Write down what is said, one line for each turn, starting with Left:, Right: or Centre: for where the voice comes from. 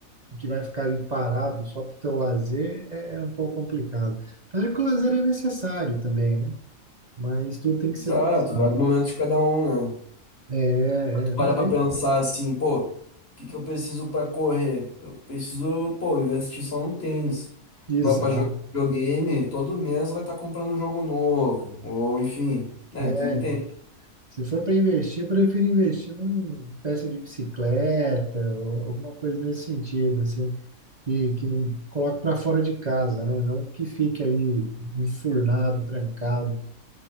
Right: que vai ficar ali parado só para o teu lazer é, é um pouco complicado. Apesar que o lazer é necessário também, né? Mas tudo tem que ser
Left: exato,
Right: dosado.
Left: vai do momento de cada um, né?
Right: É, é,
Left: para
Right: não,
Left: pra
Right: é,
Left: pensar assim, pô, o que que eu preciso pra correr? Eu preciso, pô, investir só no tênis.
Right: exato.
Left: Agora pra jogar videogame, todo mês vai estar comprando um jogo novo, ou enfim, né,
Right: É,
Left: tu me entende.
Right: Se for para investir, eu prefiro investir numa peça de bicicleta ou alguma coisa nesse sentido, assim, que, que me coloque para fora de casa, né? Não que fique ali enfurnado, trancado,